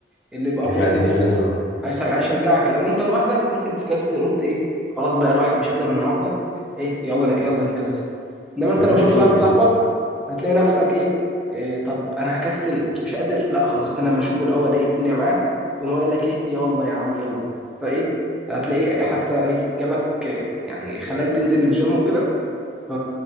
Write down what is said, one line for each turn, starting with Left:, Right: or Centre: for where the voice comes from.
Centre: اللي يبقى
Left: رجع
Centre: فاضي
Left: الدنيا
Centre: مثلا
Left: يعني اه
Centre: هيس- هيشجعك لو انت لوحدك ممكن تكسل قلت ايه خلاص بقى الواحد مش قادر النهارده ايه يلا يلا نكسل انما انت
Left: والله
Centre: لو شفت
Left: اشوف
Centre: واحد
Left: كده
Centre: صاحبك هتلاقي نفسك ايه, إيه طب انا هكسل مش قادر لا خلاص انا ما اشوفه الاول ايه الدنيا معاه يقوم هو قايل لك ايه يلا يا عم يلا فايه هتلاقيه حتى ايه جابك إيه، يعني خلاك تنزل الجيم وكده ف...